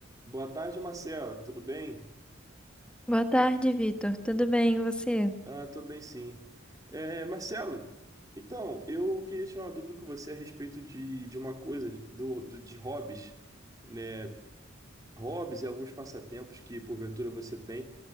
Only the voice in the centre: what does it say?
Boa tarde, Vitor. Tudo bem, e você?